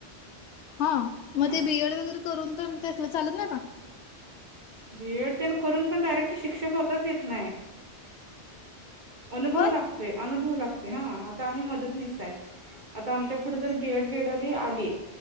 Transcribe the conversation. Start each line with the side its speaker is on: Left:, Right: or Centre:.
Left: हा मग
Right: असं
Left: ते बीएड वगैरे करून पण त्याला चालत नाही काता
Right: बीएड तर करून पण डायरेक्ट शिक्षक होताच येत नाही अनुभव
Left: होय
Right: लागते अनुभव लागतेो हा आता आम्ही मदत नसाय आता आमच्या पुढे जर एड बीड आली आली